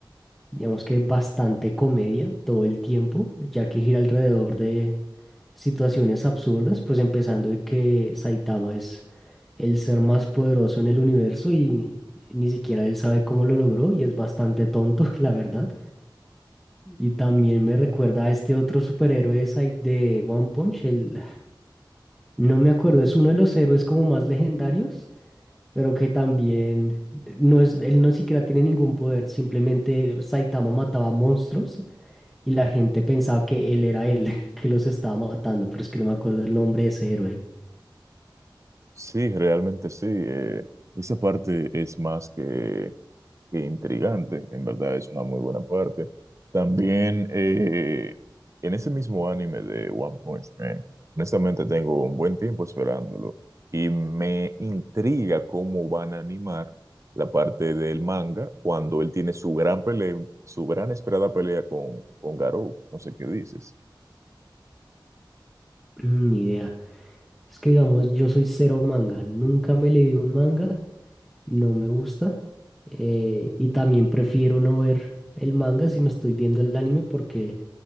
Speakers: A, in the centre; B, on the right.
A: digamos que bastante comedia todo el tiempo, ya que gira alrededor de, situaciones absurdas, pues empezando de que Saitama es el ser más poderoso en el universo y ni siquiera él sabe cómo lo logró y es bastante tonto, <laughs> la verdad. Y también me recuerda a este otro superhéroe de Sai- de One Punch, el... no me acuerdo, es uno de los héroes como más legendarios, pero que también no es, él no siquiera tiene ningún poder, simplemente Saitama mataba monstruos y la gente pensaba que él era él, <laughs> que los estaba matando, pero es que no me acuerdo el nombre de ese héroe.
B: Sí, realmente sí. eh, esa parte es más que Que intrigante, en verdad es una muy buena parte. También eh, en ese mismo anime de One Punch Man, honestamente tengo un buen tiempo esperándolo y me intriga cómo van a animar la parte del manga cuando él tiene su gran pelea, su gran esperada pelea con, con Garou. No sé qué dices.
A: Mm, Ni idea. Es que digamos, yo soy cero manga. Nunca me leí un manga, no me gusta. eh, y también prefiero no ver el manga si me estoy viendo el anime porque